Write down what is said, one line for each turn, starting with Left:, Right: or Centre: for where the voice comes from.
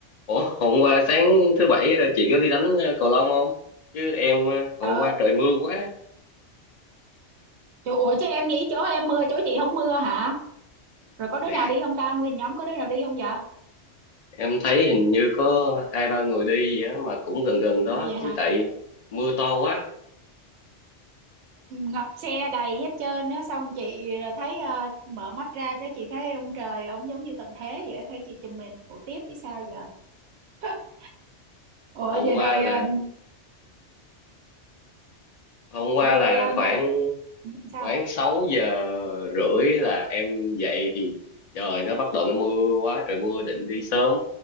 Left: Ủa, hôm qua sáng thứ bảy ờ, chị có đi đánh ờ, cầu lông không? Chứ em ờ, hôm
Right: Trời,
Left: qua trời mưa quá.
Right: chỗ, ủa chứ em nghĩ chỗ em mưa chỗ chị không mưa hả? Rồi có đứa
Left: Dạ.
Right: nào đi không ta? Nguyên nhóm có đứa nào đi không vậy?
Left: Em thấy hình như có hai ba người đi vậy á, mà cũng gần gần đó
Right: Ồ vậy hả?
Left: chứ tại mưa to quá.
Right: Ngập xe đầy hết trơn á xong chị thấy ờ, mở mắt ra cái chị thấy ông trời ông giống như tận thế vậy á, thấy chị chùm mình ngủ tiếp chứ sao giờ. <laughs> Ủa
Left: Hôm
Right: vậy
Left: qua
Right: rồi
Left: là
Right: ờ,
Left: hôm qua
Right: rồi
Left: là
Right: ờ, nó,
Left: khoảng
Right: sao?
Left: khoảng sáu giờ rưỡi là em dậy thì trời nó bắt đầu nó mưa quá, trời mưa định đi sớm